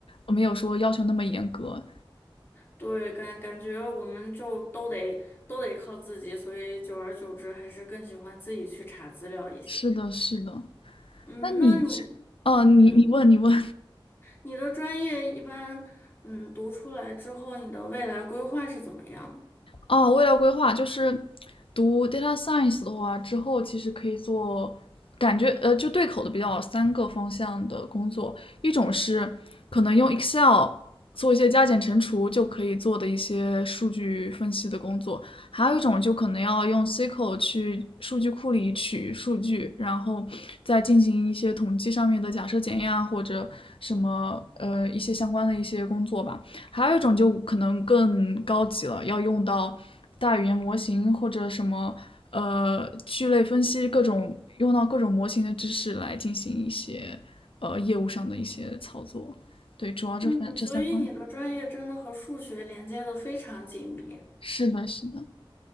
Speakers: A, on the left (about 75°); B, on the left (about 25°).
A: 没有说要求那么严格。
B: 对，感感觉我们就都得都得靠自己，所以久而久之还是更喜欢自己去查资料一些。
A: 是的，是的。
B: 嗯，
A: 那你这，
B: 那你
A: 哦，你你问你问，
B: 嗯，你的专业一般嗯读出来之后，你的未来规划是怎么样的？
A: 哦，未来规划就是读 data science 的话，之后其实可以做，感觉呃就对口的比较三个方向的工作，一种是可能用 Excel 做一些加减乘除就可以做的一些数据分析的工作，还有一种就可能要用 SQL 去数据库里取数据，然后再进行一些统计上面的假设检验啊，或者什么呃一些相关的一些工作吧。还有一种就可能更高级了，要用到大语言模型或者什么呃聚类分析各种用到各种模型的知识来进行一些呃业务上的一些操作。对，主要这三这三方。
B: 嗯，所以你的专业真的和数学连接的非常紧密。
A: 是的，是的。